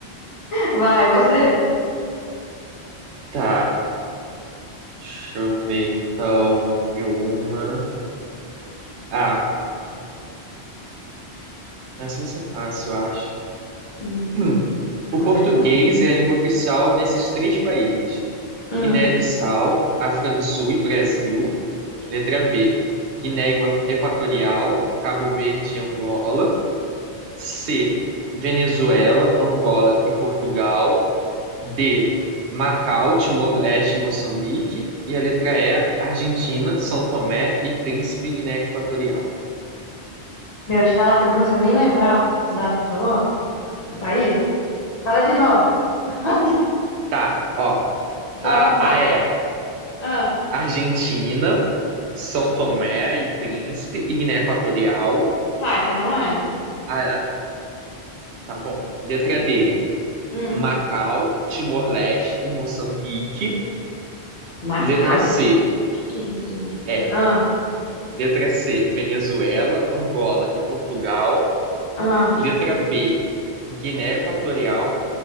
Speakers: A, on the left; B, on the right.
A: Vai, você.
B: Tá. Deixa eu ver então aqui uma. Ah, essa vai ser fácil, eu acho.
A: Hum,
B: <clears throat> O
A: às
B: português
A: vezes não.
B: é a língua oficial nesses três países:
A: Hum.
B: Guiné-Bissau, África do Sul e Brasil. Letra B: Guiné Equa- Equatorial, Cabo Verde e Angola. C: Venezuela, Angola e Portugal. D: Macau, Timor-Leste e Moçambique. E a letra E: Argentina, São Tomé e Príncipe Guiné Equatorial.
A: Meu, te falar que eu não consigo nem lembrar a cidade que você falou? O país? Fala de novo. <laughs> Fala de-
B: Tá, ó.
A: Só
B: A,
A: anotar.
B: a é
A: Ah,
B: Argentina, São Tomé e Príncipe e Guiné Equatorial.
A: tá, essa não é.
B: Ah, ah, tá bom. Letra D,
A: Hum.
B: Macau, Timor-Leste e Moçambique.
A: Macau?
B: Letra C,
A: Que que é isso, Jesus?
B: é.
A: Ah,
B: Letra C, Venezuela, Angola e Portugal.
A: ah.
B: Letra B, Guiné Equatorial,